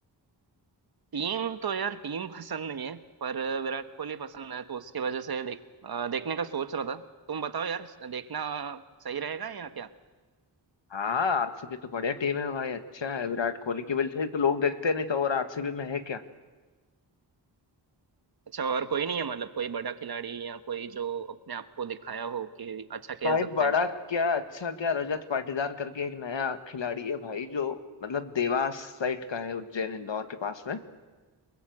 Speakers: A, on the right; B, on the left.
A: टीम तो यार टीम <laughs> पसंद नहीं है पर विराट कोहली पसंद है तो उसकी वजह से देख अ, देखने का सोच रहा था तुम बताओ यार देखना सही रहेगा या क्या
B: हाँ आरसीबी तो बढ़िया टीम है भाई अच्छा है विराट कोहली की वजह से ही तो लोग देखते नहीं तो और आरसीबी में है क्या
A: अच्छा और कोई नहीं है मतलब कोई बड़ा खिलाड़ी या कोई जो अपने आप को दिखाया हो कि अच्छा खेल
B: भाई
A: सकते
B: बड़ा
A: हैं
B: क्या अच्छा क्या रजत पाटीदार करके एक नया खिलाड़ी है भाई जो मतलब देवास साइड का है उज्जैन इंदौर के पास में